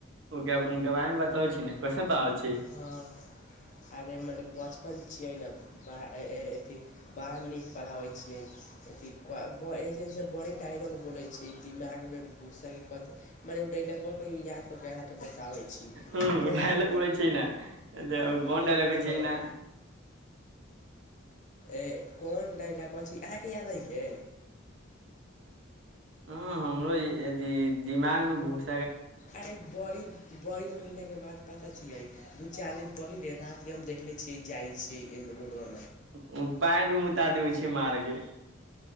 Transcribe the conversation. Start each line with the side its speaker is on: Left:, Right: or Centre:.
Right: ओकरा उनके बारे मे बतबै छी ने कैसे पढ़ाबै छी
Left: हँ अरे मने बचपन छियै ने। बाह अथी बड़ नीक पढ़ाबैत छी। यै की करबै। जे से बड़े डायलॉग बोलै छी दिमाग मे भूसा की कथी हमर एगो डायलॉगबा कोई याद क के अहाँ के बताबै छी,
Right: हूँ
Left: उही
Right: उ डायलॉग बोलै छै ने
Left: <unintelligible>
Right: कोन डायलॉग होइ
Left: हाँ।
Right: छै ने
Left: ए कौन डायलॉकबा छी अहाँ के याद हय कै।
Right: हाँ हमरो यदी दिमाग मे भूस
Left: अरे बड़ी, बड़ी महिना के बाद पता छिये, दू-चार दिन पहिले राति हम देख ले छी, जाय छियै एम रो
Right: पैंट मे मुता देबै छियै मार के